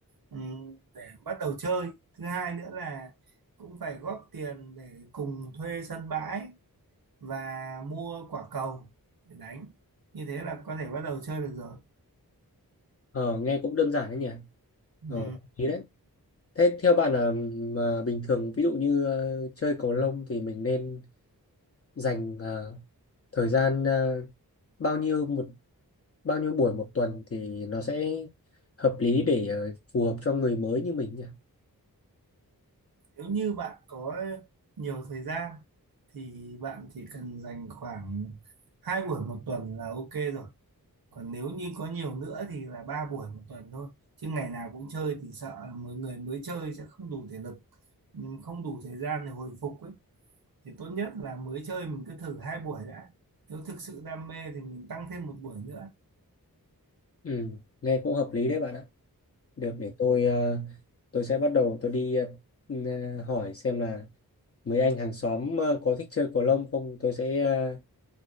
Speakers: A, on the right (about 70°); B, on the left (about 40°).
A: ừm, để bắt đầu chơi thứ hai nữa là cũng phải góp tiền để cùng thuê sân bãi và mua quả cầu để đánh như thế là có thể bắt đầu chơi được rồi
B: Ờ, nghe cũng đơn giản đấy nhỉ? Ờ,
A: ừ.
B: ý đấy. Thế theo bạn là mà bình thường ví dụ như ờ, chơi cầu lông thì mình nên dành ờ, thời gian ờ, bao nhiêu một bao nhiêu buổi một tuần thì nó sẽ hợp lý để ờ, phù hợp cho người mới như mình nhỉ?
A: nếu như bạn có nhiều thời gian thì bạn chỉ cần dành khoảng hai buổi một tuần là ok rồi còn nếu như có nhiều nữa thì là ba buổi một tuần thôi chứ ngày nào cũng chơi thì sợ mọi người mới chơi sẽ không đủ thể lực ừ, không đủ thời gian để hồi phục ấy thì tốt nhất là mới chơi mình cứ thử hai buổi đã nếu thực sự đam mê thì mình tăng thêm một buổi nữa
B: Ừ, nghe cũng hợp lý đấy bạn ạ. Được
A: Ừ.
B: để tôi ờ, tôi sẽ bắt đầu tôi đi ờ, n- hỏi xem là mấy anh hàng xóm ờ, có thích chơi cầu lông không tôi sẽ ờ,